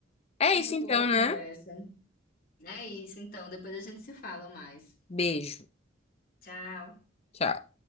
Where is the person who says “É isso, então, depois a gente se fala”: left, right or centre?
Left